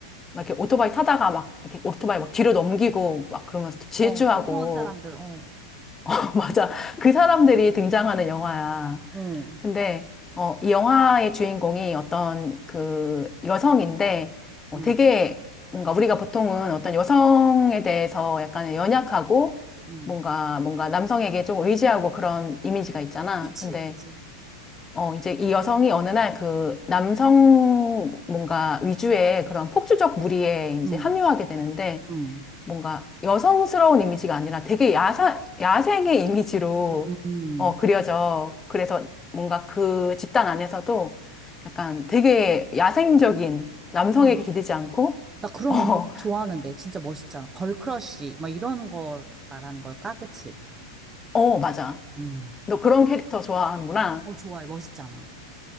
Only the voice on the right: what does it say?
어, 무서운 사람들, 어,
어,
응,
응,
그치,
있지.
응,
응,
음.
와,
나 그런
언니 좋아하는데, 진짜 멋있잖아. 걸크러쉬, 막 이런 걸 말하는 걸까? 그치?
응.
어, 좋아요. 멋있잖아.